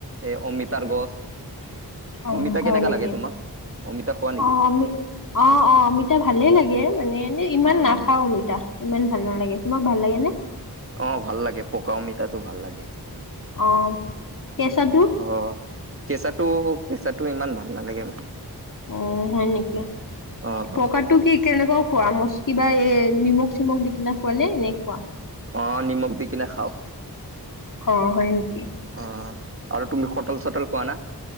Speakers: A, on the right; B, on the left.
A: এই অমিতাৰ গছ
B: অ
A: অমিতা
B: হয়
A: কেনেকা
B: নেকি
A: লাগে তোমাক অমিতা খোৱা নেকি
B: অ আমি অ অ অমিতা ভালে লাগে মানে এনে ইমান
A: অ
B: নাখাও অমিতা ইমান ভাল নালাগে তোমাক ভাল লাগেনে
A: অহ ভাল লাগে পকা অমিতাতো ভাল লাগে
B: অহ কেঁচাটো
A: অহ কেঁচাটো কেঁচাটো ইমান ভাল নালাগে মানে
B: অ হয় নেকি
A: অ
B: পকাটো
A: অ
B: কি কেনেকুৱা খোৱা মচ কিবা এ নিমখ চিমখ দি কিনা খুৱা নে এনে খুৱো
A: অ নিমখ দি কিনে খাও
B: হ হয় নেকি
A: অহ আৰু তুমি কঠাল চঠাল খোৱা না